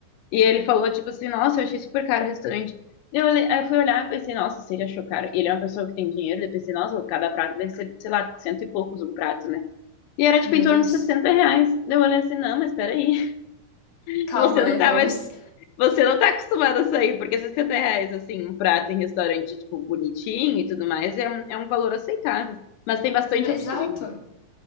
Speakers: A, on the left; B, on the left.
A: E ele falou, tipo assim, nossa, eu achei super caro o restaurante. Eu, olhei- aí eu fui olhar e pensei, nossa, se ele achou caro. E ele é uma pessoa que tem dinheiro, eu pensei, nossa, cada prato deve ser, sei lá, cento e poucos um prato, né? E era, tipo,
B: Meu
A: em torno
B: Deus.
A: de 60 reais. eu olhei assim, não, mas peraí, <laughs>
B: Calma,
A: você não
B: né?
A: tava,
B: Vamos.
A: você não tá acostumado a sair, porque 60 reais, assim, um prato em restaurante, tipo, bonitinho e tudo mais, é, um- é um valor aceitável. Mas tem bastante
B: Exato.
A: opções.